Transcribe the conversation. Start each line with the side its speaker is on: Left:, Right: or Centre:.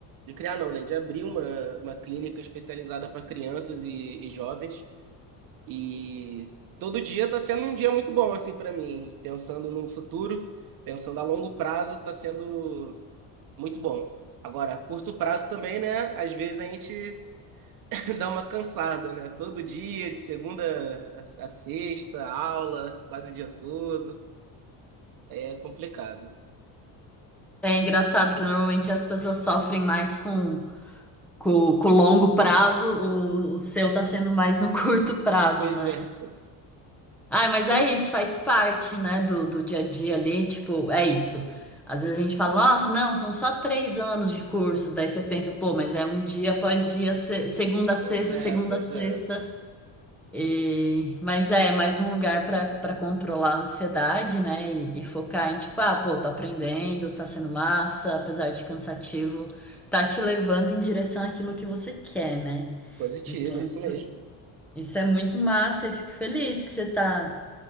Right: de criar não, né, de abrir uma, uma clínica especializada para crianças e, e jovens e todo dia tá sendo um dia muito bom assim para mim, pensando no futuro, pensando a longo prazo, tá sendo muito bom. Agora, curto prazo também, né? Às vezes a gente <laughs> dá uma cansada, né? Todo dia, de segunda a a sexta, aula, quase o dia todo. É complicado.
Centre: É engraçado que normalmente as pessoas sofrem mais com, com, com o longo prazo, o, o seu tá sendo mais no <laughs> curto prazo,
Right: Pois
Centre: né?
Right: é,
Centre: Ah, mas é isso, faz parte, né, do, do dia a dia ali, tipo, é isso. Às vezes a gente fala, nossa, não, são só três anos de curso, daí você pensa, pô, mas é um dia após dia, se- segunda a sexta,
Right: pois é,
Centre: segunda
Right: pois
Centre: a sexta,
Right: é.
Centre: e... mas é é mais um lugar pra para controlar a ansiedade, né, e, e focar em, tipo, ah, pô, tô aprendendo, tá sendo massa, apesar de cansativo, tá te levando em direção àquilo que você quer, né?
Right: Positivo,
Centre: Então,
Right: é isso
Centre: isso,
Right: mesmo.
Centre: isso é muito massa, eu fico feliz que você tá.